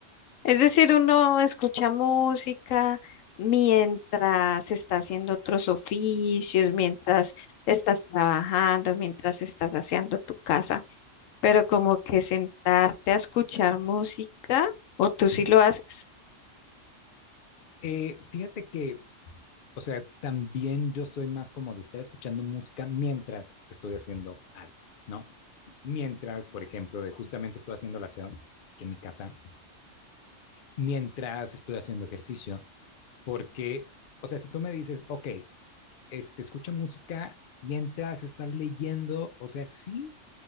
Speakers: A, on the left (about 80°); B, on the left (about 55°).
A: Es
B: Ajá.
A: decir, uno escucha música mientras está haciendo otros oficios, mientras estás trabajando, mientras estás haciendo tu casa, pero como que sentarte a escuchar música, o tú
B: ¿Mm?
A: sí lo haces.
B: Eh, fíjate que O sea, también yo soy más como de estar escuchando música mientras estoy haciendo algo, ¿no? Mientras, por ejemplo, de justamente estoy haciendo la aseo aquí en mi casa, mientras estoy haciendo ejercicio, porque, o sea, si tú me dices, ok, este, escucha música mientras estás leyendo, o sea, sí,